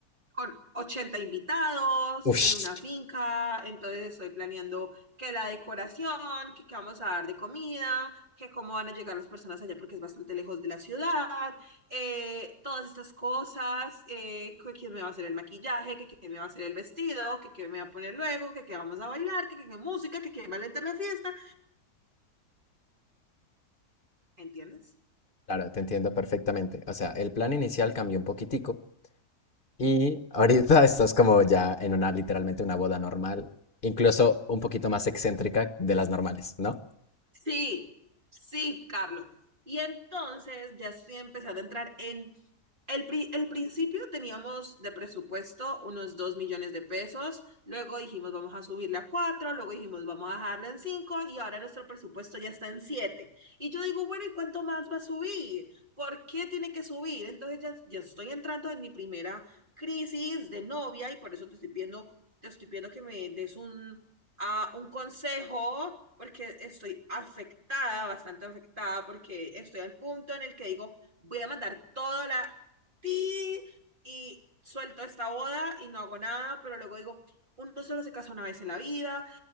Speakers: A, on the right; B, on the left.
A: con ochenta invitados
B: Ush.
A: en una finca, entonces estoy planeando que la decoración, que qué vamos a dar de comida, que cómo van a llegar las personas allá porque es bastante lejos de la ciudad, eh, todas estas cosas, eh, que quién me va a hacer el maquillaje, que quién me va a hacer el vestido, que quién me va a poner luego, que qué vamos a bailar, que qué música, que quién va a alentar la fiesta, ¿entiendes?
B: Claro, te entiendo perfectamente. O sea, el plan inicial cambió un poquitico. Y ahorita <laughs> estás como ya en una, literalmente una boda normal, incluso un poquito más excéntrica de las normales, ¿no?
A: Sí, sí, Carlos. Y entonces ya estoy empezando a entrar en... El, pri- el principio teníamos de presupuesto unos 2 millones de pesos, luego dijimos vamos a subirle a cuatro. luego dijimos vamos a dejarlo en cinco. y ahora nuestro presupuesto ya está en 7. Y yo digo, bueno, ¿y cuánto más va a subir? ¿Por qué tiene que subir? Entonces ya, ya estoy entrando en mi primera crisis de novia y por eso te estoy pidiendo, te estoy pidiendo que me des un a un consejo, porque estoy afectada, bastante afectada, porque estoy al punto en el que digo, voy a mandar toda la ti y suelto esta boda y no hago nada, pero luego digo, uno solo se casa una vez en la vida